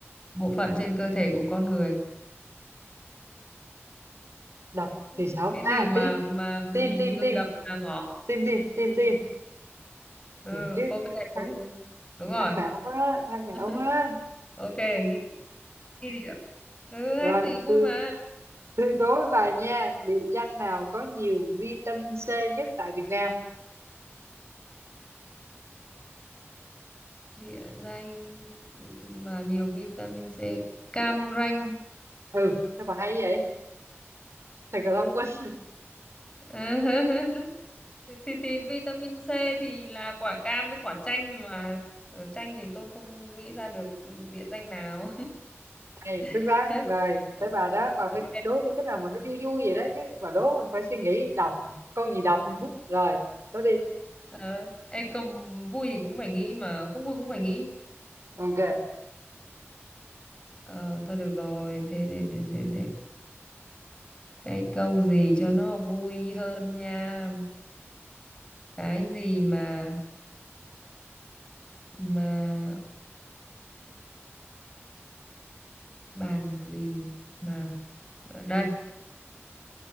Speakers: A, on the left; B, on the right.
A: bộ phận trên cơ thể của con người
B: đập
A: Ừ,
B: thì sống
A: cái
B: à
A: gì mà
B: tim
A: mà
B: tim tim
A: ngừng
B: tim
A: đập là ngỏ
B: tim tim tim tim
A: ừ
B: Thiệt chứ
A: ok đúng
B: hát
A: đúng rồi
B: hát não quá hát não
A: <laughs>
B: quá
A: ok ghi, ghi địa ừ hack
B: rồi
A: thì vui
B: tôi
A: mà
B: tôi đố bà nha địa danh nào có nhiều vitamin C nhất tại Việt Nam
A: địa danh và nhiều vitamin C cam ranh
B: ừ sao bà hay vậy thật là thông minh
A: <laughs> thì thì vitamin C thì là quả cam với quả chanh mà Ờ, chanh thì tôi không nghĩ ra được địa danh nào
B: <laughs> này xuất
A: <laughs>
B: sắc rồi tới bà đó bà phải
A: ok
B: đố tôi cái nào mà nó vui vui vậy đó chứ bà đố mình phải suy nghĩ đọc con gì đọc nữa <laughs> rồi đố đi
A: Ờ, ê, công vui thì cũng phải nghĩ mà không vui cũng phải nghĩ.
B: ok
A: Ờ, thôi được rồi, thế để, để, để, để. Cái câu gì cho nó vui hơn nha. Cái gì mà mà bàn gì mà ở đây,